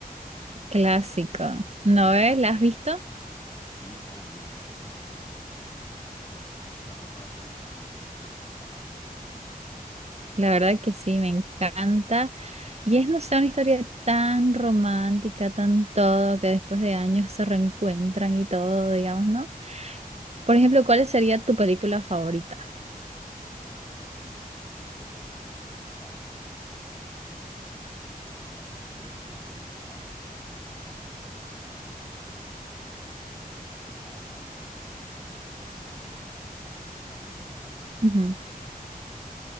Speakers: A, on the left; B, on the right.
A: buenísima.
B: clásico. ¿No
A: <laughs>
B: ves? ¿La has visto?
A: Sí, obvio, es una peli que está, la pasaban todo el tiempo en tele, es buenísima.
B: La verdad que sí, me encanta. Y es, no sé, una historia tan romántica, tan todo, que después de años se reencuentran y todo, digamos,
A: Sí.
B: ¿no? Por ejemplo, ¿cuál sería tu película favorita?
A: Mi peli favorita, tengo un par, porque me cuesta decidirme. pero creo que la que más he visto repetidas veces, siempre como que quiero sentir algo, lo que sea alguna emoción, la veo. Se llama Y tu mamá también,
B: Ujú,
A: ¿la
B: ujú.
A: conoces?